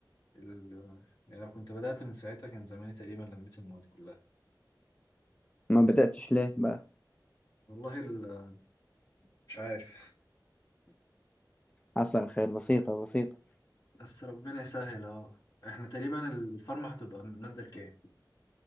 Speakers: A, on the left (about 60°); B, on the left (about 15°).
A: ال... آه، يعني لو كنت بدأت من ساعتها كان زماني تقريبا لميت المواد كلها
B: ما بدأتش ليه بقى
A: والله ال... آه، مش عارف
B: حصل خير بسيطة بسيطة
A: <laughs> بس ربنا يسهل أهو احنا تقريبا الفورمة هتبقى من المادة الكام؟